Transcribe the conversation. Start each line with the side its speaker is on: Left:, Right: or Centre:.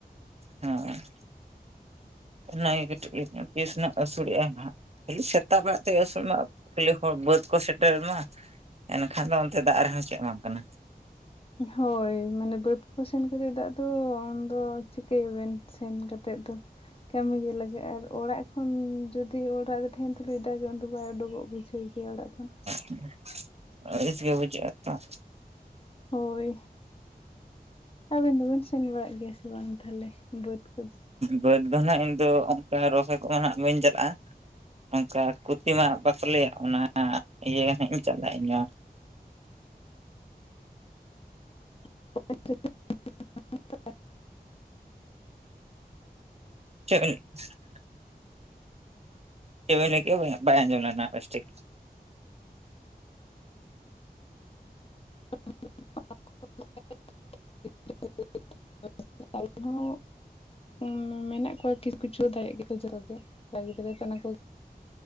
Right: ᱦᱮᱸ ᱚᱱᱟ ᱜᱮ ᱠᱟᱹᱴᱤᱡ ᱛᱤᱥ ᱱᱟᱜ ᱟᱹᱥᱩᱲᱮᱜ ᱟᱭ ᱦᱟᱸᱜ ᱠᱷᱟᱹᱞᱤ ᱥᱮᱛᱟᱜ ᱵᱮᱲᱟᱜ ᱛᱮᱜᱮ ᱟᱹᱥᱩᱱᱚᱜ ᱤᱭᱟᱹ ᱦᱚᱲ ᱵᱟᱹᱫᱽ ᱠᱚ ᱥᱮᱴᱮᱨ ᱱᱟ ᱮᱱᱠᱷᱟᱱ ᱫᱚ ᱚᱱᱛᱮ ᱫᱟᱜ ᱨᱮᱦᱚᱸ ᱪᱮᱫ ᱦᱚᱸ ᱵᱟᱝ ᱠᱟᱱᱟ
Left: ᱦᱳᱭ ᱢᱟᱱᱮ ᱵᱟᱹᱫᱽ ᱠᱚ ᱥᱮᱱ ᱠᱟᱛᱮᱫ ᱫᱟᱜ ᱫᱚ ᱩᱱ ᱫᱚ ᱪᱤᱠᱟᱹᱭ ᱟᱵᱮᱱ ᱥᱮᱱ ᱠᱟᱛ ᱛᱮᱫ ᱫᱚ ᱠᱟᱹᱢᱤ ᱜᱮ ᱞᱟᱜᱟᱜ-ᱟ ᱟᱨ ᱚᱲᱟᱜ ᱠᱷᱚᱱ ᱡᱩᱫᱤ ᱚᱲᱟᱜ ᱨᱮ ᱛᱟᱦᱮᱸᱱ ᱛᱟᱞᱩᱡ ᱫᱟᱜᱟ ᱩᱱ ᱫᱚ ᱵᱟᱭ ᱩᱰᱩᱜᱚᱜ ᱵᱩᱡᱷᱟᱹᱣ ᱜᱮᱭᱟ ᱚᱲᱟᱜ ᱠᱷᱚᱱ
Right: <unintelligible> ᱟᱹᱲᱤᱥ ᱜᱮ ᱵᱩᱡᱷᱟᱜ-ᱟ ᱛᱚᱸ
Left: ᱦᱳᱭ ᱟᱵᱤᱱ ᱫᱚ ᱵᱮᱱ ᱥᱮᱱ ᱵᱟᱲᱟᱜ ᱜᱮᱭᱟ ᱥᱮ ᱵᱟᱝ ᱛᱟᱞᱦᱮ ᱵᱟᱹᱫᱽ ᱠᱚᱫᱚ
Right: ᱵᱟᱹᱫᱽ ᱫᱚ ᱱᱟᱜ ᱤᱧᱫᱚ ᱚᱱᱠᱟ ᱨᱚᱦᱚᱭ ᱠᱚᱱᱟᱜ ᱵᱟᱹᱧ ᱪᱟᱞᱟᱜᱼᱟ ᱱᱚᱝᱠᱟ ᱠᱷᱚᱛᱤ ᱢᱟ ᱵᱟᱠᱚ ᱞᱟᱹᱭᱟ ᱚᱱᱟ ᱤᱭᱟᱹ ᱱᱟᱜ ᱤᱧ ᱪᱟᱞᱟᱜᱼᱟ ᱤᱧ ᱦᱚᱸ ᱾
Left: <unintelligible> <unintelligible> <unintelligible>
Right: ᱪᱮᱫ <unintelligible> ᱪᱮᱫ ᱵᱤᱱ ᱞᱟᱹᱭ ᱠᱮᱫ-ᱟ ᱵᱟᱭ ᱟᱡᱚᱢ ᱞᱮᱱᱟ ᱵᱮᱥ ᱴᱷᱤᱠ
Left: <unintelligible> ᱢᱮᱱᱟᱜ ᱠᱚᱣᱟ ᱠᱤᱪᱷᱩ ᱠᱩᱪᱷᱩ ᱫᱟᱲᱮᱭᱟᱜ ᱜᱮᱛᱚ ᱡᱚᱛᱚ ᱜᱮ ᱠᱚᱲᱟ ᱜᱤᱫᱽᱨᱟᱹ ᱫᱚ ᱚᱱᱟ ᱠᱚᱼᱼ